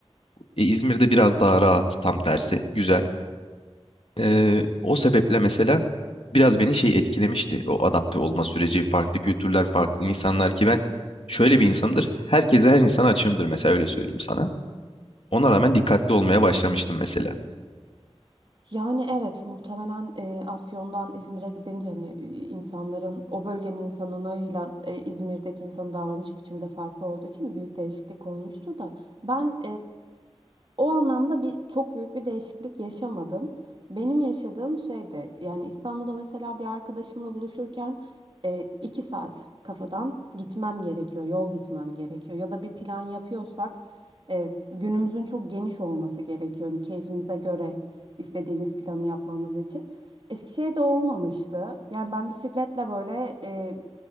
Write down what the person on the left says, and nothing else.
E, İzmir'de biraz daha rahat, tam tersi. Güzel. Ee, o sebeple mesela biraz beni şey etkilemişti. O adapte olma süreci, farklı kültürler, farklı insanlar ki ben şöyle bir insanımdır. Herkese her insana açığımdır mesela öyle söyleyeyim sana. Ona rağmen dikkatli olmaya başlamıştım mesela.